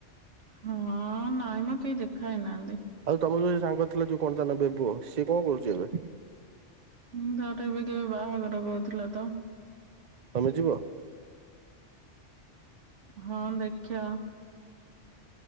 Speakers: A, on the right; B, on the right.
A: ହଁ ନାଇଁ ମ କେହି ଦେଖା ହଉ ନାହାନ୍ତି।
B: ଆଉ ତମ ଯୋଉ ସାଙ୍ଗ ଥିଲା ଯୋଉ କଣ ଟା <unintelligible> ସିଏ କଣ କରୁଛି ଏବେ?
A: ମୁଁ ତ ଏବେ କେବେ ବାହାଘର କହୁଥିଲା ତ।
B: ତମେ ଯିବ।
A: ହଁ ଦେଖିବା।